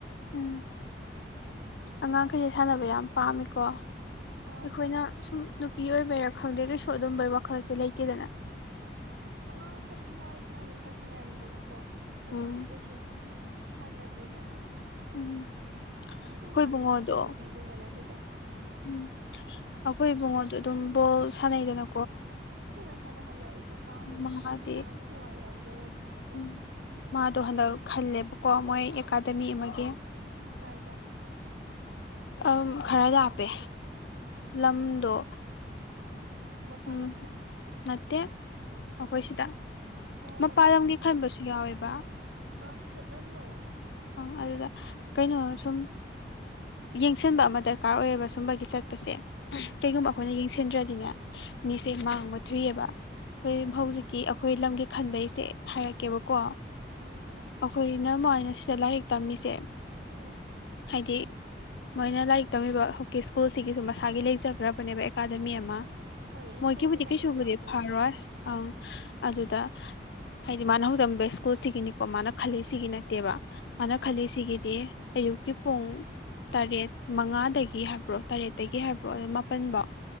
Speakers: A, on the left (about 75°); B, on the right (about 85°).
A: ꯎꯝ ꯑꯉꯥꯡꯈꯩꯁꯦ ꯁꯥꯟꯅꯕ ꯌꯥꯝ ꯄꯥꯝꯃꯤꯀꯣ ꯑꯩꯈꯣꯏꯅ
B: ꯄꯥꯝꯃꯦ
A: ꯁꯨꯝ ꯅꯨꯄꯤ ꯑꯣꯏꯕꯔꯥ ꯈꯪꯗꯦ ꯀꯩꯁꯨ ꯑꯗꯨꯝꯕꯩ ꯋꯥꯈꯜꯁꯦ ꯂꯩꯇꯦꯗꯅ
B: ꯑꯉꯥꯡ ꯍꯥꯏꯗꯤ ꯍꯋꯥꯏꯅ ꯑꯃꯨꯛ ꯈꯔ ꯁꯥꯟꯅꯔꯝꯃꯤꯗꯅꯀꯣ ꯍꯧꯖꯤꯛꯇꯤ
A: ꯎꯝ
B: ꯀꯩꯁꯨ ꯁꯨꯝ ꯁꯥꯟꯅꯗ꯭ꯔꯦꯗꯅ
A: ꯎꯝ
B: ꯑ ꯑꯗꯨꯝ
A: ꯑꯩꯈꯣꯏ
B: ꯋꯥꯠꯂꯤꯗꯀꯣ
A: ꯏꯕꯨꯡꯉꯣꯗꯣ
B: ꯅꯨꯄꯤꯒꯨꯝꯕꯅ ꯀꯩ
A: ꯎꯝ ꯑꯩꯈꯣꯏ ꯏꯕꯨꯡꯉꯣꯗꯣ ꯑꯗꯨꯝ ꯕꯣꯜ ꯁꯥꯟꯅꯩꯗꯅ
B: ꯐꯖꯅ ꯁꯥꯟꯅꯍꯜꯂꯣ ꯑꯩꯗꯤ ꯄꯥꯝꯃꯦ
A: ꯃꯥꯗꯤ
B: ꯃꯁꯥꯅꯕꯨ ꯊꯋꯥꯏ ꯌꯥꯎꯖꯔꯗꯤꯅꯦꯀꯣ
A: ꯎꯝ ꯃꯥꯗꯣ ꯍꯟꯗꯛ ꯈꯜꯂꯦꯕꯀꯣ ꯃꯣꯏ ꯑꯦꯀꯥꯗꯃꯤ ꯑꯃꯒꯤ
B: ꯀꯥꯏꯗ
A: ꯑ ꯈꯔ ꯂꯥꯞꯄꯦ ꯂꯝꯗꯣ
B: ꯃꯄꯥꯜꯂꯝꯗ
A: ꯎꯝ ꯅꯠꯇꯦ ꯑꯩꯈꯣꯏ ꯁꯤꯗ
B: ꯑꯣ
A: ꯃꯄꯥꯟ
B: ꯃꯟ
A: ꯂꯝꯒꯤ
B: ꯁꯤꯗ
A: ꯈꯟꯕꯁꯨ ꯌꯥꯎꯋꯦꯕ
B: ꯑꯥ ꯑꯗꯨ ꯆꯠꯍꯜꯂꯣ
A: ꯑꯪ ꯑꯗꯨꯗ ꯀꯩꯅꯣ ꯁꯨꯝ ꯌꯦꯡꯁꯤꯟꯕ ꯑꯃ ꯗꯔꯀꯥꯔ ꯑꯣꯏꯌꯦꯕ ꯁꯨꯝꯕꯒꯤ ꯆꯠꯄꯁꯦ ꯀꯩꯒꯨꯝꯕ
B: ꯍꯣꯏ
A: ꯑꯩꯈꯣꯏꯅ ꯌꯦꯡꯁꯤꯟꯗ꯭ꯔꯗꯤꯅꯦ ꯃꯤꯁꯦ ꯃꯥꯡꯕ ꯊꯨꯏꯑꯕ ꯑꯩꯈꯣꯏ
B: ꯊꯨꯏꯌꯦ
A: ꯍꯧꯖꯤꯛꯀꯤ ꯑꯩꯈꯣꯏ ꯂꯝꯒꯤ ꯈꯟꯕꯩꯁꯦ ꯍꯥꯏꯔꯛꯀꯦꯕꯀꯣ
B: ꯎꯝ ꯎꯝ ꯍꯥꯏꯔꯛꯑꯣ
A: ꯑꯩꯈꯣꯏꯅ ꯃꯣꯏꯅ ꯁꯤꯗ ꯂꯥꯏꯔꯤꯛ ꯇꯝꯃꯤꯁꯦ
B: ꯎꯝ
A: ꯍꯥꯏꯗꯤ ꯃꯣꯏꯅ ꯂꯥꯏꯔꯤꯛ ꯇꯝꯃꯤꯕ ꯍꯧꯖꯤꯛꯀꯤ ꯁ꯭ꯀꯨꯜꯁꯤꯒꯤꯁꯨ ꯃꯁꯥꯒꯤ ꯂꯩꯖꯈ꯭ꯔꯕꯅꯦꯕ ꯑꯦꯀꯥꯗꯃꯤ ꯑꯃ
B: ꯍꯣꯏ
A: ꯃꯣꯏꯒꯤꯕꯨꯗꯤ
B: ꯁ꯭ꯀꯨꯜ ꯀꯩꯀꯥ
A: ꯀꯩꯁꯨꯕꯨꯗꯤ
B: ꯂꯣꯏ ꯌꯥꯎꯗꯣꯏꯅꯦ
A: ꯐꯔꯣꯏ
B: ꯑꯥ
A: ꯑꯪ ꯑꯗꯨꯗ ꯍꯥꯏꯗꯤ ꯃꯥꯅ ꯍꯧꯔꯝꯕ ꯁ꯭ꯀꯨꯜ ꯁꯤꯒꯤꯅꯤꯀꯣ ꯃꯥꯅ ꯈꯜꯂꯤ ꯁꯤꯒꯤ ꯅꯠꯇꯦꯕ ꯃꯥꯅ
B: ꯎꯝ
A: ꯈꯜꯂꯤ ꯁꯤꯒꯤꯗꯤ ꯑꯌꯨꯛꯀꯤ ꯄꯨꯡ ꯇꯔꯦꯠ ꯃꯉꯥꯗꯒꯤ ꯍꯥꯏꯕ꯭ꯔꯣ ꯇꯔꯦꯠꯇꯒꯤ ꯍꯥꯏꯕ꯭ꯔꯣ ꯑꯗꯨ ꯃꯥꯄꯜꯐꯧ